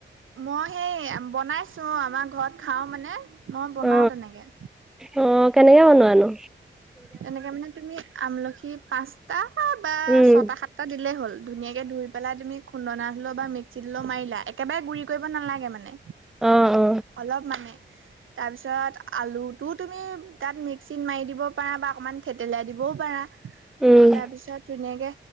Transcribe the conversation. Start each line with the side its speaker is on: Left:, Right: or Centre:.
Right: মই সেই বনাইছো আমাৰ ঘৰত খাও মানে মই বনাও
Centre: অ
Right: তেনেকে।
Centre: অ' কেনেকে বনোৱা নো?
Right: তেনেকে মানে তুমি আমলখি পাঁচটা বা
Centre: উম,
Right: ছটা সাত টা দিলেই হল ধুনীয়াকে ধুই পেলাই তুমি খুন্দনাত হলো বা মিক্সিত হলেও মাৰিলা একেবাৰে গুৰি কৰিব নালাগে মানে।
Centre: অ অ।
Right: অলপ মানে তাৰপিছত আলুটো তুমি তাত মিক্সিত মাৰি দিব বা অকমান থেতেলাই দিবও পাৰা
Centre: উম,
Right: তাৰপিছত ধুনীয়াকে